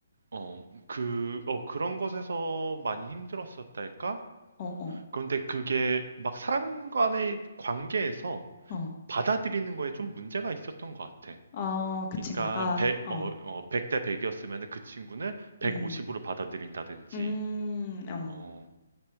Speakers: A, on the right; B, on the left.
A: 어 그 어 그런 것에서 많이 힘들었었달까
B: 어어.
A: 그런데 그게 막 사람 간의 관계에서
B: 어.
A: 받아들이는 거에 좀 문제가 있었던 것 같아.
B: 아 그
A: 그러니까
B: 친구가?
A: 100,
B: 어.
A: 어, 어, 백대 100이었으면 그 친구는 150으로
B: 음.
A: 받아들인다든지,
B: 음. 어.
A: 어,